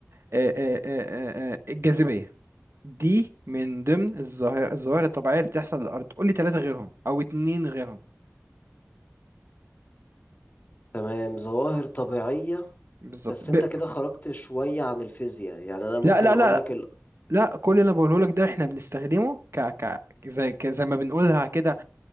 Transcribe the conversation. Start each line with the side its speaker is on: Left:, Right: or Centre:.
Right: أه، أه، أه، أه، أه، الجاذبية دي من ضمن الظاهر- الظواهر الطبيعية اللي بتحصل للأرض قول لي ثلاثة غيرهم أو اتنين غيرهم
Left: <laughs> تمام ظواهر طبيعية
Right: بالظبط
Left: بس
Right: ب...
Left: أنت كده خرجت شوية عن الفيزياء يعني أنا ممكن
Right: لا لا
Left: أقول
Right: لا
Left: لك ال...
Right: لا كل اللي انا بقوله لك ده احنا بنستخدمه ك ك زي ك... زي ما بنقولها كده